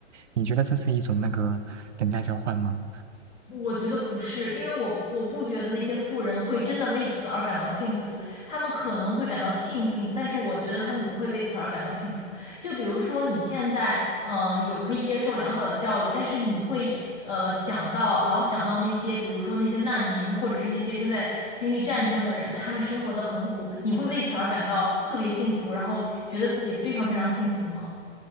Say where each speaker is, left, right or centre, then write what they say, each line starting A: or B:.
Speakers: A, on the right; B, in the centre.
A: 你觉得这是一种那个等价交换吗？
B: 我觉得不是，因为我我不觉得那些富人会真的为此而感到幸福，他们可能会感到庆幸，但是我觉得他们不会为此而感到幸福。就比如说你现在，呃，有可以接受良好的教育，但是你会，呃，想到老想到那些，比如说那些难民，或者是那些正在经历战争的人，他们生活的很苦，你会为此而感到特别幸福，然后觉得自己非常非常幸福吗？